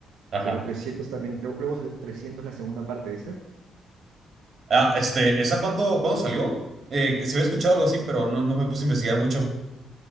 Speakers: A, on the right; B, on the right.
A: Ajá.
B: pero 300 también, luego luego salió 300 la segunda parte, ¿viste?
A: Ah, este, ¿esa cuándo, cuándo salió? Eh, que se había escuchado algo así, pero no, no me puse a investigar mucho.